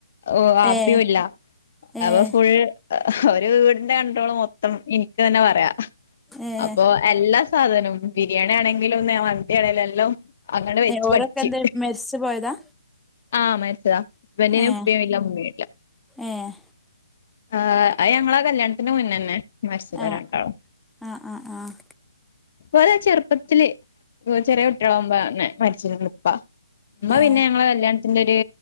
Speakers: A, on the left; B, in the centre.
A: ഓഹ് വാപ്പിയുംല്ല
B: ഏഹ് ഏഹ്
A: അപ്പൊ ഫുൾ ഒരു വീടിന്റെ കണ്ട്രോള് മൊത്തം എനിക്ക് തന്നെ പറയാ
B: ഏഹ്
A: അപ്പൊ എല്ലാ സാധനോം ബിരിയാണി ആണെങ്കിലും ന്തിയാണേലെല്ലും അങ്ങനെ വെച്ച്
B: ഏഹ് ഓരൊക്കെ
A: പഠിച്ചു.
B: എന്ത് മരിച്ചു പോയതാ
A: ആഹ് മരിച്ചതാ ഹസ്ബൻഡിന്
B: ഏഹ്
A: ഉപ്പയും ഇല്ല ഉമ്മയും ഇല്ല
B: ഏഹ്
A: ആഹ് അത് ഞങ്ങളെ കല്യാണത്തിന് മുന്നേ തന്നെ മരിച്ചതാ
B: ആഹ്
A: രണ്ടാളും
B: ആഹ് ആഹ് ആഹ്
A: ഓലെ ചെറുപ്പത്തില് ചെറിയ കുട്ടികളാകുമ്പോതന്നെ മരിച്ചീക്കണ് ഉപ്പ ഉമ്മ
B: ഏഹ്
A: പിന്നെ ഞങ്ങളെ കല്യാണ എന്റൊരു